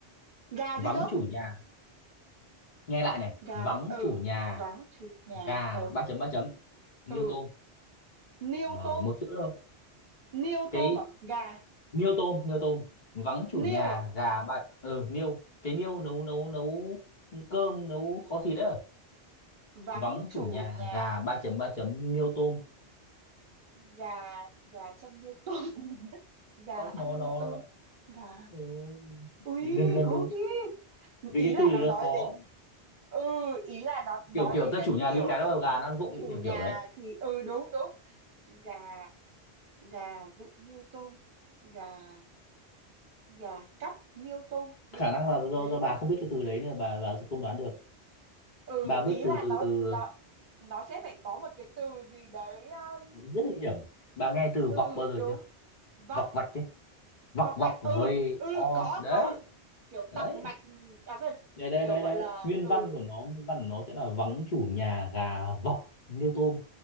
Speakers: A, on the right; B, on the left.
A: gà
B: vắng
A: gì cơ
B: chủ nhà nghe lại này
A: gà
B: vắng
A: ừ
B: chủ nhà
A: vắng chủ nhà
B: gà
A: ừ
B: ba chấm ba chấm niêu
A: ừ
B: tôm
A: niêu
B: Ờ,
A: tôm
B: một chữ thôi
A: niêu
B: cái
A: tôm à gà
B: niêu tôm niêu tôm vắng chủ
A: niêu
B: nhà
A: à
B: gà ba ờ niêu cái niêu nấu nấu nấu cơm nấu kho thịt đấy
A: vắng
B: vắng
A: chủ
B: chủ nhà
A: nhà
B: gà ba chấm ba chấm niêu tôm
A: gà gà châm niêu tôm <laughs> gà
B: ốc
A: ăn
B: nó
A: niêu
B: nó
A: tôm gà
B: ừ,
A: ui
B: gần gần
A: khấu
B: đúng
A: thi
B: vì
A: ý
B: cái
A: là
B: từ
A: nó
B: đấy nó
A: nói
B: khó
A: đến ừ ý là nó nói
B: kiểu kiểu
A: đến
B: ta
A: cái
B: chủ nhà
A: kiểu
B: đi cái đó gà nó ăn vụng
A: chủ
B: ấy, kiểu
A: nhà
B: kiểu đấy
A: thì ừ đúng đúng gà gà vụng niêu tôm gà gà cắp niêu tôm đúng
B: khả
A: không
B: năng là
A: kiểu
B: do
A: thế đúng
B: do bà
A: không
B: không biết cái từ đấy nên bà bà sẽ không đoán được
A: ừ
B: bà biết
A: ý
B: từ
A: là
B: từ
A: nó
B: từ
A: nó nó sẽ phải có một cái từ gì đấy um,
B: rất là hiểm bà nghe từ
A: ừ
B: vọc bao giờ
A: đúng
B: chưa
A: vọng
B: vọc vạch ấy vọc
A: vọng
B: vọc
A: mạch ừ
B: với
A: ừ
B: o
A: có
B: đấy
A: có kiểu
B: đấy
A: tọc mạch à quên
B: đây đây
A: kiểu
B: đây
A: gọi
B: đây
A: là
B: nguyên
A: ừ
B: văn của nó nguyên văn của nó sẽ là vắng chủ nhà gà vọc niêu tôm